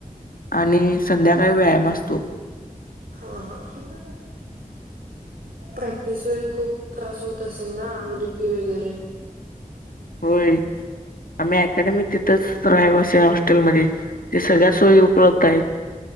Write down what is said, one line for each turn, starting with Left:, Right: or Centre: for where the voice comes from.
Left: आणि संध्याकाळी व्यायाम असतो.
Right: ह हं प्रॅक्टिस वेळी खूप त्रास होत असेल ना अंगदुखी वगैरे
Left: होय आम्ही अकॅडमीत तच रहिवाशी आहे हॉस्टेलमध्ये ते सगळ्यां सोयी उपलब्ध आहेत.